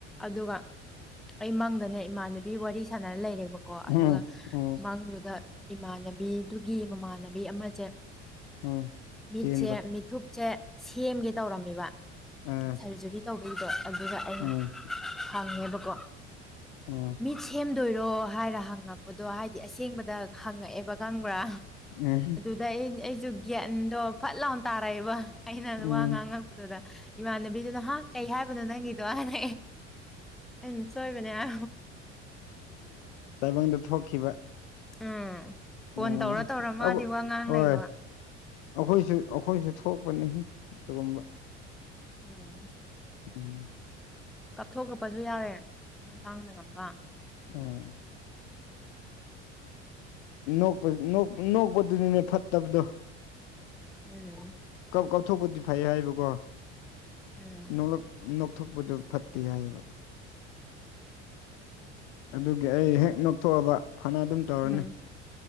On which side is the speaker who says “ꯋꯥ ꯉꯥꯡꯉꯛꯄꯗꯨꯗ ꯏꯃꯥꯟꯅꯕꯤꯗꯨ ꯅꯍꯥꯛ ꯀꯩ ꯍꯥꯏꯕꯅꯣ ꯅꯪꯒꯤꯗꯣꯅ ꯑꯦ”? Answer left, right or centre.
Centre